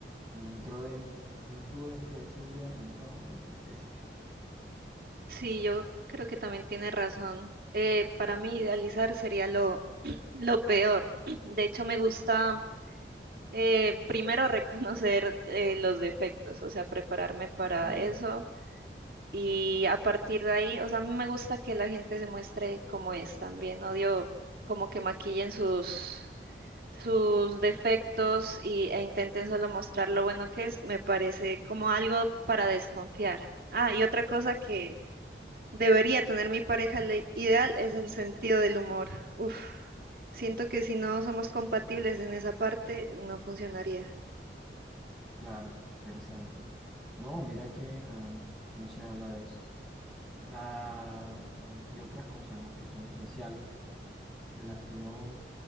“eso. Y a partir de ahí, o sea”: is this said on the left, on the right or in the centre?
Right